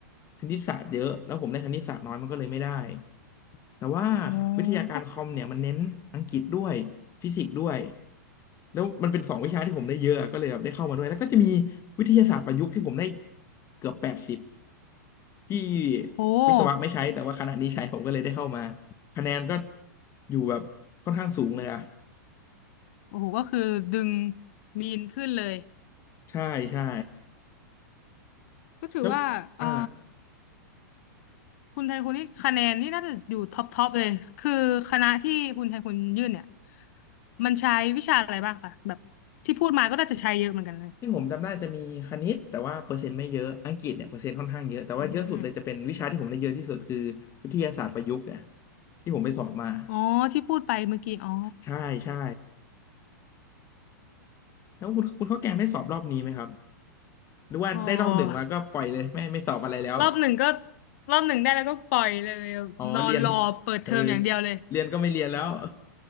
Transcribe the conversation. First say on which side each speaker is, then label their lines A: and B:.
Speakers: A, on the left; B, on the left.
A: คณิตศาสตร์เยอะแล้วผมได้คณิตศาสตร์น้อยมันก็เลยไม่ได้ แต่ว่า
B: โอ้
A: วิทยาการคอมเนี่ยมันเน้นอังกฤษด้วยฟิสิกส์ด้วย
B: ก็
A: แล้วมันเป็นสองวิชาที่ผมได้เยอะอะก็เลยแบบได้เข้ามาด้วยแล้วก็จะมีวิทยาศาสตร์ประยุกต์ที่ผมได้เกือบแปดสิบที่
B: โห
A: วิศวะไม่ใช้แต่ว่าคณะนี้ใช้ผมก็เลยได้เข้ามาคะแนนก็อยู่แบบค่อนข้างสูงเลยอะ
B: โอ้โหก็คือดึงมีนขึ้นเลย
A: ใช่ใช่
B: ก็ถือว่าอ่า
A: แล้วอ่า
B: คุณไทคุณนี่คะแนนนี่น่าจะอยู่ท็อปท็อปเลยคือคณะที่คุณไทคุณยื่นเนี่ยมันใช้วิชาอะไรบ้างคะแบบที่พูดมาก็น่าจะใช้เยอะเหมือนกันนะ
A: ที่ผมจำได้จะมีคณิตแต่ว่าเปอร์เซ็นต์ไม่เยอะอังกฤษเนี่ยเปอร์เซ็นต์ค่อนข้างเยอะแต่ว่าเยอะสุดเลยจะเป็นวิชาที่ผมได้เยอะที่สุดคือวิทยาศาสตร์ประยุกต์เนี่ย
B: อืม
A: ที่ผมไปสอบมา
B: อ๋อที่พูดไปเมื่อกี้อ๋อ
A: ใช่ใช่แล้วคุณคุณข้าวแกงได้สอบรอบนี้ไหมครับหรือว่าได้รอบหนึ่งมาก็ปล่อยเลยไม่ไม่สอบอะไรแล้ว
B: โอ้ รอบหนึ่งก็รอบหนึ่งได้แล้วก็ปล่อยเลยนอนรอเปิดเทอมอย่างเดียวเลย
A: อ๋อเรียนเออเรียนก็ไม่เรียนแล้ว